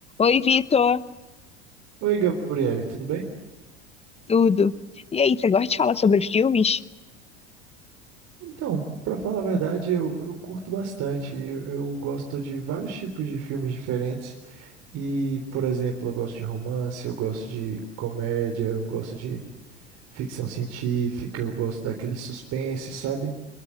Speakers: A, on the left; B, on the right.
A: Oi, Vitor.
B: Oi, Gabriele, tudo bem?
A: Tudo? E aí, você gosta de falar sobre filmes?
B: Então, pra falar a verdade, eu, eu curto bastante. Eu, eu gosto de vários tipos de filmes diferentes. E, por exemplo, eu gosto de romance, eu gosto de comédia, eu gosto de ficção científica, eu gosto daquele suspense, sabe?